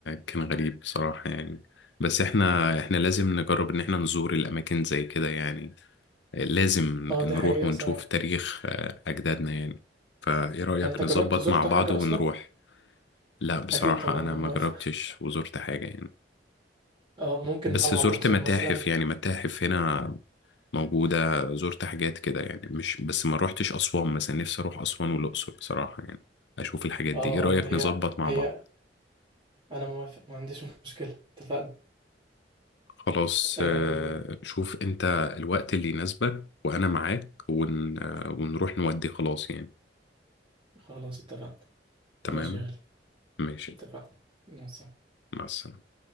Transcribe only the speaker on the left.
كان غريب بصراحة يعني بس احنا احنا لازم نجرب ان احنا نزور الأماكن زي كده يعني لازم
نروح
ونشوف
تاريخ آه، أجدادنا يعني فإيه رأيك
نظبط
مع بعض
ونروح
لا بصراحة
أنا ما
جربتش وزرت حاجة يعني
بس
زرت
متاحف
يعني متاحف هنا موجودة زرت حاجات كده يعني مش بس ما روحتش أسوان مثلا نفسي أروح أسوان والأقصر بصراحة يعني أشوف الحاجات
دي إيه رأيك
نظبط مع
بعض
خلاص
آه، شوف أنت الوقت اللي يناسبك وأنا معاك ون... آه، ونروح نودي خلاص يعني
تمام
ماشي
مع السلامة